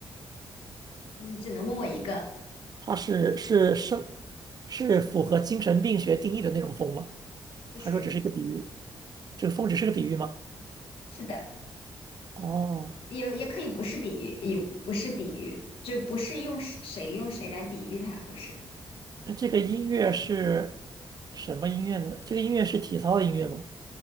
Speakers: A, on the left (about 80°); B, on the right (about 45°).
A: 你只能问我一个，
B: 他是是生是符合精神病学定义的那种疯吗？
A: 不是，
B: 还说只是一个比喻？这个疯只是个比喻吗？
A: 是的。
B: 哦，
A: 也也可以不是比喻，也不是比喻，就不是用谁用谁来比喻它，不是，
B: 那这个音乐是什么音乐呢？这个音乐是体操的音乐吗？